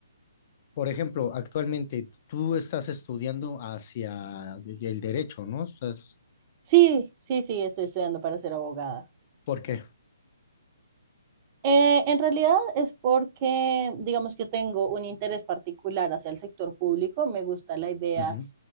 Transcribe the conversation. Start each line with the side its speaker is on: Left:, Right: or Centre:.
Left: Por ejemplo, actualmente tú estás estudiando hacia el derecho, ¿no? Estás-
Right: Sí, sí, sí, estoy estudiando para ser abogada.
Left: ¿por qué?
Right: Eh, en realidad es porque, digamos que tengo un interés particular hacia el sector público, me gusta la idea
Left: Ujú,